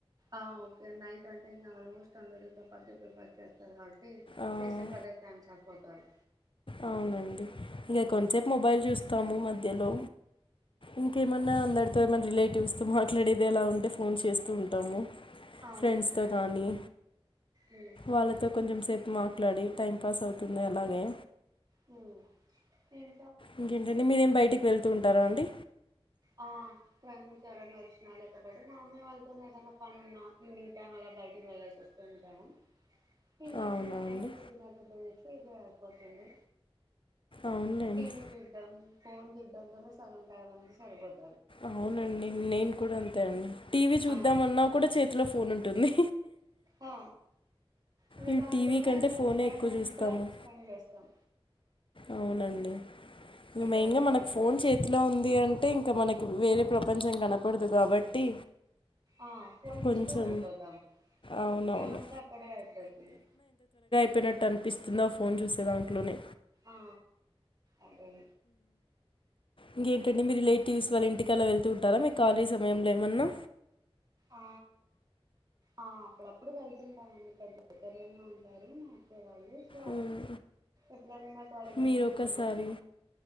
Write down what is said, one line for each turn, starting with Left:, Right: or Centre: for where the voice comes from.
Right: ఆ ఓకే నైట్ అంటే ఇంకా ఆల్మోస్ట్ అందరూ చపాతి ప్రిఫర్ చేస్తారు కా
Left: ఆ!
Right: చేసే కదే <unintelligible> పోతారు
Left: అవునండి ఇక కొంతసేపు మొబైల్ చూస్తాము మ మధ్యలో ఇంకేమన్నా అందరితో ఏమైనా రిలేటివ్స్తో మాట్లాడేది ఎలా ఉంటే ఫోన్ చేస్తూ ఉంటాము
Right: అవునులేండి
Left: ఫ్రెండ్స్ తో కానీ
Right: ఉమ్
Left: వాళ్ళతో కొంచెం సేపు మాట్లాడి టైం పాస్ అవుతుంది అలాగే
Right: హ్మ్ ఏం
Left: ఇంకేంటండి మీరేం బయటికి వెళ్తూ ఉంటారా అండి
Right: ఆ ఫ్రెండ్స్ ఎవరని వచ్చినా లేకపోతే మా అమ్మాయి వాళ్ళతోనే ఏదైనా పని ఉన్నా, ఈనింగ్ టైమ్ అలా బయటికి వెళ్ళల్సి వస్తూ ఉంటాము. ఇంకా
Left: అవునా
Right: అంతే నైట్
Left: అండి
Right: వచ్చి తినబూధి అయితే ఇగ ఏంది
Left: అవునులేండి
Right: ఏం చుద్దాం ఫోన్ చూడంకనే సగం టైమ్ అంత సరిపోతుదు
Left: అవునండి నేను కూడా అంతే అండి టీవీ చూద్దామన్నా
Right: ఆ
Left: కూడా చేతిలో ఫోన్ ఉంటుంది
Right: ఆ ఇంకా
Left: ఈ
Right: దాంతోనే
Left: టీవీ కంటే
Right: సగం
Left: ఫోనే
Right: టైం
Left: ఎక్కువ
Right: అంతా
Left: చూస్తాము
Right: స్పెండ్ చేస్తాం
Left: అవునండి ఇంక
Right: ఇట్లాగే
Left: మెయిన్గా మనకు
Right: డైలీ
Left: ఫోన్
Right: రొటీన్
Left: చేతిలో ఉంది అంటే ఇంకా మనకి వేరే ప్రపంచం కనపడదు కాబట్టి
Right: ఆ ఫోన్
Left: కొంచెం
Right: చేస్తూ ఉండిపోతాం
Left: అవునవును
Right: టైం అంతా అక్కడే అయిపోతుంది
Left: చెప్పినట్టు అనిపిస్తుందా ఫోన్ చూసేదాంట్లోనే
Right: ఆ అదే అండి
Left: ఇంకేంటండి మీ రిలేటివ్స్ వాళ్ళ ఇంటికి అలా వెళ్తు ఉంటారా మీకు కాలి సమయంలో ఏమన్నా
Right: ఆ ఆ అప్పుడప్పుడు వెళ్తుంటామండి <unintelligible> ఉంటారు వాళ్ళు సో
Left: మ్మ్.
Right: ఎప్పుడన్నా ఖాళీగా
Left: మీరు
Right: ఉన్నా
Left: ఒకసారి
Right: బోర్ పట్న